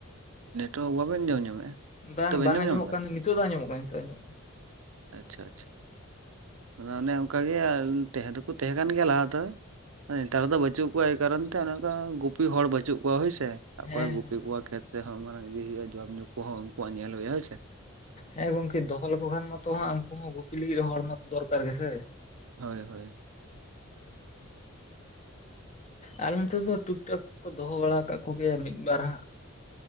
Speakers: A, on the right (about 75°); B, on the left (about 30°).
A: ᱱᱮᱴᱣᱟᱨᱠ ᱵᱟᱵᱮᱱ ᱟᱸᱡᱚᱢ ᱧᱟᱢᱮᱫᱼᱟ
B: ᱵᱟᱝ
A: ᱱᱤᱛᱚᱜ ᱵᱮᱱ
B: ᱵᱟᱝ
A: ᱟᱸᱡᱚᱢ
B: ᱟᱸᱡᱚᱢᱚᱜ
A: ᱧᱟᱢ ᱮᱫᱟ
B: ᱠᱟᱱ ᱱᱤᱛᱳᱜ ᱫᱚ ᱟᱸᱡᱚᱢᱚᱜ ᱠᱟᱱ ᱱᱤᱛᱳᱜ ᱟᱸᱡᱚᱢᱚᱜᱼᱟ᱾
A: ᱟᱪᱷᱟ ᱟᱪᱷᱟ᱾ ᱟᱫᱚ ᱚᱱᱮ ᱚᱱᱠᱟᱜᱮ ᱛᱟᱦᱮᱸ ᱫᱚᱠᱚ ᱛᱟᱦᱮᱸ ᱠᱟᱱ ᱜᱮᱭᱟ ᱞᱟᱦᱟ ᱫᱚ᱾ ᱱᱮᱛᱟᱨ ᱫᱚ ᱵᱟᱹᱪᱩᱜ ᱠᱚᱣᱟ ᱮᱭ ᱠᱟᱨᱚᱱ ᱛᱮ ᱚᱱᱮ ᱚᱱᱠᱟ ᱜᱩᱯᱤ ᱦᱚᱲ ᱵᱟᱪᱩᱜ ᱠᱚᱣᱟ ᱦᱳᱭᱥᱮ᱾ ᱚᱠᱚᱭ
B: ᱦᱮᱸ
A: ᱜᱩᱯᱤ
B: ᱦᱮᱸ
A: ᱠᱚᱣᱟᱜ ᱠᱷᱮᱛ ᱥᱮᱦ ᱤᱫᱤ ᱦᱩᱭᱩᱜᱼᱟ ᱡᱚᱢ ᱧᱩ ᱠᱚᱦᱚᱸ ᱩᱱᱠᱩᱣᱟᱜ ᱧᱮᱞ ᱦᱩᱭᱩᱜᱼᱟ ᱦᱳᱭᱥᱮ᱾
B: ᱦᱮᱸ ᱜᱚᱝᱠᱮ ᱫᱚᱦᱚ ᱞᱮᱠᱚ ᱠᱷᱟᱱ ᱢᱟᱛᱚᱜ ᱩᱱᱠᱩ ᱦᱚᱸ ᱜᱩᱯᱤ ᱞᱟᱹᱜᱤᱫ ᱦᱚᱲ ᱢᱟᱛᱚ ᱫᱚᱨᱠᱟᱨ ᱜᱮᱥᱮ᱾
A: ᱦᱳᱭ ᱦᱳᱭ᱾
B: ᱟᱨᱞᱮ ᱱᱚᱛᱮ ᱴᱩᱠ ᱴᱟᱠ ᱠᱚ ᱫᱚᱦᱚ ᱟᱠᱟᱫ ᱠᱚᱜᱮᱭᱟ ᱢᱤᱫᱵᱟᱨ ᱦᱟᱸᱜ᱾